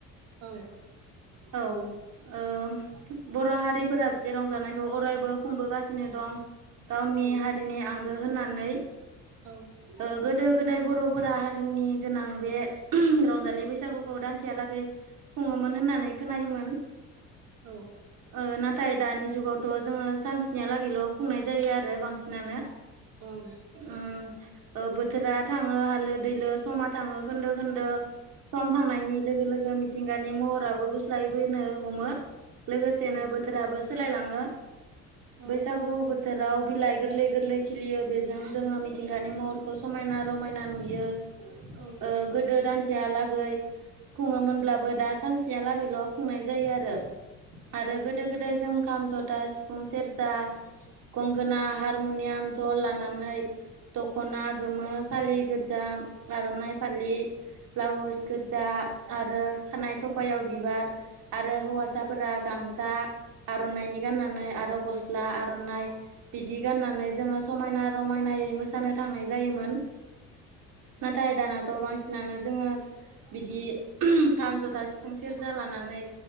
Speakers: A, on the right; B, on the right.
A: औ
B: औ ओ बर' हारिफोरा बे रंजानायखौ अरायबो खुंबोगासिनो दं। गावनि
A: औ
B: हारिनि आंगो होननानै
A: औ
B: ओ गोदो गोदाय बर'फोरा हारिनि गोनां बे रंजालि बैसागुखौ दानसे यालागै खुङोमोन होननानै खोनायोमोन
A: औ
B: ओ नाथाय दानि जुगावथ' जोङो सान्सनियालागैल' खुंनाय जायो आरो बांसिनानो
A: ओं।
B: उम ओ बोथोरा थाङो हालो दैलो समा थाङो खोन्दो खोन्दो। सम थांनायनि लोगो लोगो मिथिंगानि महराबो गुस्लाय बोनो हमो। लोगोसेनो
A: औ
B: बोथोराबो सोलायलाङो
A: औ
B: बैसागु बोथ थोराव बिलाइ गोरलै गोरलै खिलियो बेजों जोङो मिथिंगानि महरखौ समायना रमायना नुयो। ओ
A: औ
B: गोदो दान से हालागै खुङोमोनब्लाबो दा सानस्नियालागैल' खुंनाय जायो आरो। आरो
A: औ
B: गोदो गोदाय जों खाम, जथा, सिफुं, सेरजा गंगोना, हारमुनियाम, ठल लानानै दख'ना गोमो फालि गोजा आर'नाइ फालि ब्लाउस गोजा आरो खानाइ थफायाव बिबार आरो हौवासा फोरा गामसा आर'नाइनि गाननानै आरो गस्ला आर'नाइ बिदि गाननानै जोङो समायना रमायनायै मोसानो थांनाय जायोमोन। नाथाय दानाथ' बांसिनानो जोङो बिदि खाम, जथा, सिफुं, सेरजा लानानै